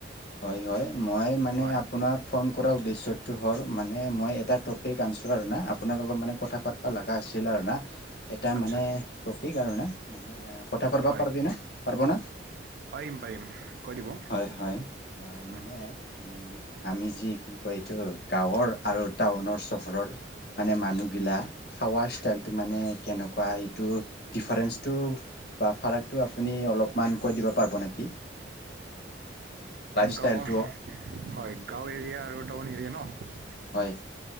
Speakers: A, on the left; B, on the right.
A: হয়, হয়, মই মানে
B: হয়
A: আপোনাৰ ফোন কৰাৰ উদ্দেশ্যটো হ'ল, মানে মই এটা টপিক আনিছোঁ আৰু না, আপোনাৰ লগত মানে কথা পাতিব লগা আছিল আৰু না এটা
B: আচ্ছা
A: মানে টপিক আৰু মানে কথা পাতিব
B: হয়
A: পাৰিবি ন', পাৰব না?
B: পাৰিম, পাৰিম। কৈ দিব
A: হয়, হয়, অ',
B: উম,
A: মানে উম, আমি যি কি কয় এইটো, গাঁৱৰ আৰু টাউনৰ চহৰৰ মানে মানুহগিলা খাৱা ষ্টাইলতটো মানে কেনেকুৱা, এইটো ডিফাৰেঞ্চটো বা ফৰাকটো আপুনি অলপমান কৈ দিব পাৰিব নেকি? কি? ষ্টাইলটোও
B: গাঁৱৰ, হয়, গাঁও এৰিয়া আৰু টাউন এৰিয়া ন!
A: হয়।